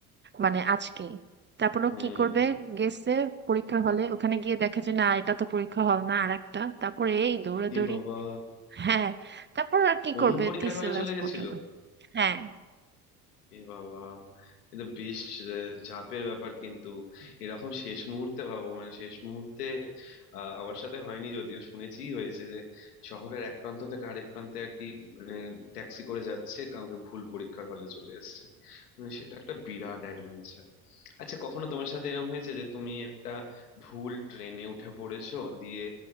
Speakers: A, on the right; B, on the left.
A: মানে আজকেই তারপর
B: হুম
A: ও কি করবে গেছে পরীক্ষা হলে ওখানে গিয়ে দেখে যে না এটা তো পরীক্ষা হল না আর একটা তারপরে এই দৌড়াদৌড়ি
B: এ বাবা
A: হ্যাঁ তারপর আর কি
B: অন্য
A: করবে
B: পরীক্ষার
A: দিছে
B: হলে
A: লাস্ট
B: চলে গেছিল
A: পর্যন্ত হ্যাঁ
B: এ বাবা এ তো বেশ আহ, চাপের ব্যাপার কিন্তু এরকম শেষ মুহূর্তে ভাবো মানে শেষ মুহূর্তে আহ, আমার সাথে হয়নি যদিও শুনেছি হয়েছে যে শহরের এক প্রান্ত থেকে আরেক প্রান্তে আর কি মানে ট্যাক্সি করে যাচ্ছে কাউকে ভুল পরীক্ষার হলে চলে এসেছে মানে সেটা একটা বিরাট অ্যাডভেঞ্চার আচ্ছা কখনো তোমার সাথে এরকম হয়েছে যে তুমি একটা ভুল ট্রেনে উঠে পড়েছো দিয়ে